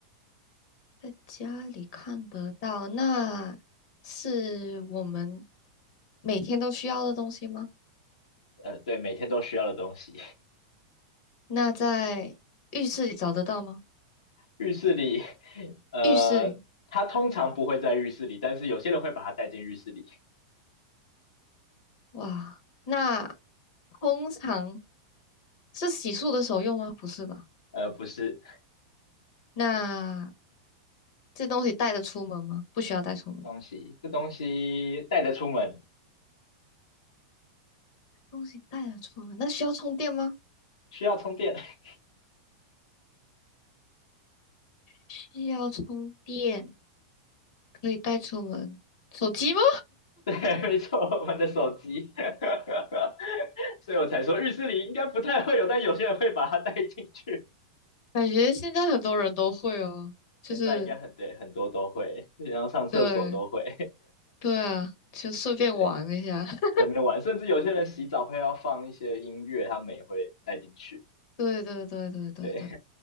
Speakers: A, on the left; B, on the left.
A: 在家里看得到，那是我们每天都需要的东西吗？
B: 呃，对，每天都需要的东西。
A: 那在浴室里找得到吗？
B: 浴室里，呃，
A: 浴室里，
B: 他通常不会在浴室里，但是有些人会把它带进浴室里。
A: 哇，那通常是洗漱的时候用吗？不是吧？
B: 呃，不是
A: 那这东西带得出门吗？不需要带出门。
B: 东西，这东西带着出门
A: 东西带得出门，那需要充电吗？
B: 需要充电。<laughs>
A: 需要充电。可以带出门。手机吗？
B: 对，没错，我们的手机。<laughs> 所以我才说浴室里应该不太会有，但有些人会把它带进去。
A: 感觉现在很多人都会哦，就是
B: 现在应该很对，很多都会，然后上厕所都会。
A: 对对啊，就顺便玩一下。
B: <laughs> 对，
A: <laughs>
B: 在那边玩，甚至有些人洗澡会要放一些音乐，他们也会带进去。
A: 对对对对对对，
B: 对